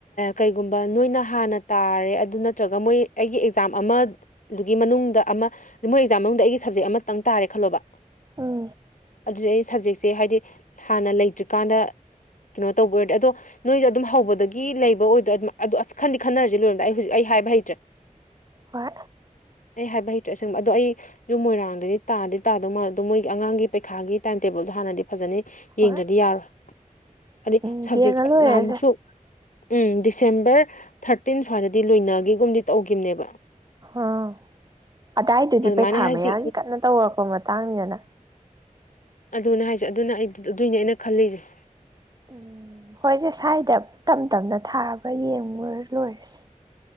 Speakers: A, on the left (about 65°); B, on the right (about 30°).
A: ꯀꯩꯒꯨꯝꯕ ꯅꯣꯏꯅ ꯍꯥꯟꯅ ꯇꯥꯔꯦ ꯑꯗꯨ ꯅꯠꯇ꯭ꯔꯒ ꯃꯣꯏ ꯑꯩꯒꯤ ꯑꯦꯛꯖꯥꯝ ꯑꯃ ꯑꯗꯨꯒꯤ ꯃꯅꯨꯡꯗ ꯑꯃ ꯃꯣꯏ ꯑꯦꯛꯖꯥꯝ ꯃꯅꯨꯡꯗ ꯑꯩꯒꯤ ꯁꯞꯖꯦꯛ ꯑꯃꯇꯪ ꯇꯥꯔꯦ ꯈꯜꯂꯣꯕ
B: ꯎꯝ
A: ꯑꯗꯨꯗꯤ ꯑꯩ ꯁꯞꯖꯦꯛꯁꯦ ꯁꯦ ꯍꯥꯏꯗꯤ ꯍꯥꯟꯅ ꯂꯩꯇ꯭ꯔꯤꯀꯥꯟꯗ ꯀꯩꯅꯣ ꯇꯧꯕ ꯑꯣꯏꯔꯗꯤ ꯑꯗꯣ ꯅꯣꯏꯁꯦ ꯑꯗꯨꯝ ꯍꯧꯕꯗꯒꯤ ꯂꯩꯕ ꯑꯣꯏꯗ ꯑꯗꯨꯝ ꯑ ꯑꯁ ꯈꯟꯗꯤ ꯈꯟꯅꯔꯁꯤꯦ ꯂꯣꯏꯔꯗ ꯑꯩ ꯍꯧꯖꯤꯛ ꯑꯩ ꯍꯥꯏꯕ ꯍꯩꯇ꯭ꯔꯦ
B: ꯍꯣꯏ
A: ꯑꯩ ꯍꯥꯏꯕ ꯍꯩꯇ꯭ꯔꯦ ꯁꯕ ꯑꯗꯣ ꯑꯩ ꯌꯨꯝ ꯃꯣꯏꯔꯥꯡꯗꯗꯤ ꯇꯥꯗꯤ ꯇꯥꯗꯧ ꯃꯥꯜꯗꯣ ꯃꯣꯏꯒꯤ ꯑꯉꯥꯡꯒꯤ ꯄꯩꯈꯥꯒꯤ ꯇꯥꯏꯝ ꯇꯦꯕꯜꯗꯣ ꯍꯥꯟꯅꯗꯤ ꯐꯖꯅꯤ
B: ꯍꯣꯏ
A: ꯌꯦꯡꯗ꯭ꯔꯗꯤ ꯌꯥꯔꯣꯏ ꯍꯥꯏꯗꯤ
B: ꯎꯝ
A: ꯁꯕꯖꯦꯛ
B: ꯌꯦꯡꯉ ꯂꯣꯏꯔꯁꯦ
A: ꯅꯍꯥꯟꯃꯨꯛꯁꯨ ꯎꯝ ꯗꯤꯁꯦꯝꯕꯔ ꯊꯥꯔꯇꯤꯟ ꯁ꯭ꯋꯥꯏꯗꯗꯤ ꯂꯣꯏꯅꯒꯤꯒꯨꯝꯗꯤ ꯇꯧꯈꯤꯕꯅꯦꯕ
B: ꯑ ꯑꯗꯥꯏꯗꯨꯗꯤ
A: ꯑꯗꯨꯃꯥꯏꯅ
B: ꯄꯩꯈꯥ
A: ꯍꯥꯏꯗꯤ
B: ꯃꯌꯥꯒꯤ ꯀꯟꯅ ꯇꯧꯔꯛꯄ ꯃꯇꯥꯡꯅꯤꯗꯅ
A: ꯑꯗꯨꯅ ꯍꯥꯏꯁꯦ ꯑꯗꯨꯅ ꯑꯩ ꯑꯗꯨꯏꯅꯦ ꯑꯩꯅ ꯈꯜꯂꯤꯁꯦ
B: ꯎꯝ ꯍꯣꯏꯁꯦ ꯁ꯭ꯋꯥꯏꯗ ꯇꯞ ꯇꯞꯅ ꯊꯥꯕ꯭ꯔꯥ ꯌꯦꯡꯉꯨꯔ ꯂꯣꯏꯔꯁꯦ